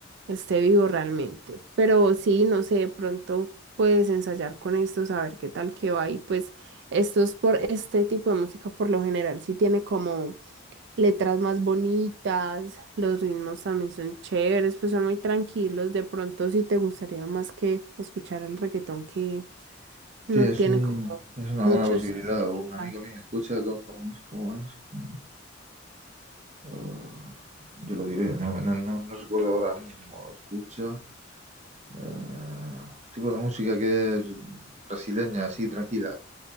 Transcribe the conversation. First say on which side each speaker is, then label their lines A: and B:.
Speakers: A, on the right; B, on the right.
A: esté vivo realmente. Pero sí, no sé, de pronto puedes ensayar con esto, saber qué tal que va. Y pues esto es por este tipo de música, por lo general, sí tiene como letras más bonitas, los ritmos también son chéveres, pues son muy tranquilos. De pronto sí te gustaría más que escuchar el reggaetón que no
B: Sí, es
A: tiene
B: un,
A: como
B: es una
A: mucho
B: buena posibilidad.
A: significado.
B: O un amigo mío escucha cómo, cómo es, cómo es, cómo es. Oh, yo lo diré, no, no, no, no recuerdo ahora mismo. Escucha. eh, un tipo de música que es brasileña, así, tranquila.